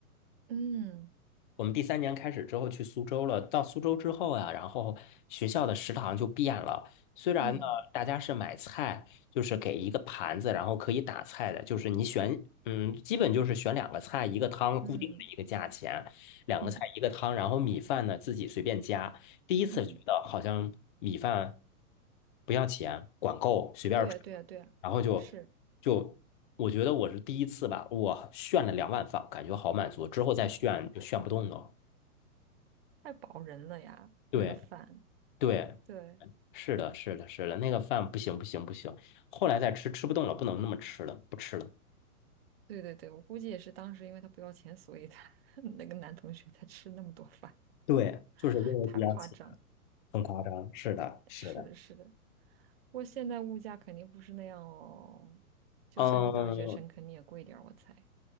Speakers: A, on the right; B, on the left.
A: 嗯
B: 我们第三年开始之后去苏州了，到苏州之后啊，然后学校的食堂就变了。虽然呢，
A: 嗯
B: 大家是买菜，就是给一个盘子，然后可以打菜的，就是你选，嗯，基本就是选两个菜一个汤，
A: 嗯
B: 固定的一个价钱，两个菜一个汤，
A: 嗯
B: 然后米饭呢自己随便加。第一次觉得好像米饭
A: 嗯。
B: 不要钱，管够，随便吃。
A: 对呀，对呀，对呀，
B: 然后就就我觉得我是第一次吧，
A: 是
B: 我炫了两碗饭，感觉好满足，之后再炫就炫不动了。
A: 太饱人了呀，
B: 对
A: 那个饭。
B: 对，
A: 对，
B: 是的，是的，是的，那个饭不行不行不行，后来再吃吃不动了，不能那么吃了，不吃了。
A: 对对对，我估计也是当时因为他不要钱，所以他 <laughs> 那个男同学才吃那么多饭，
B: 对，就是因为不要钱，
A: <laughs> 太夸张。
B: 很夸张。是的，是的。
A: 是的，是的，不过现在物价肯定不是那样哦，就算是大学生，
B: 嗯，
A: 肯定也贵点儿，我猜。